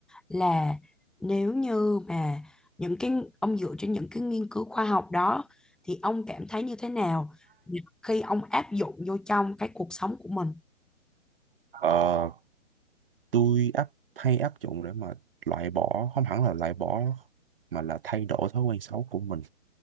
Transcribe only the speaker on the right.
Ờ, tôi áp hay áp dụng để mà loại bỏ không hẳn là loại bỏ mà là thay đổi thói quen xấu của mình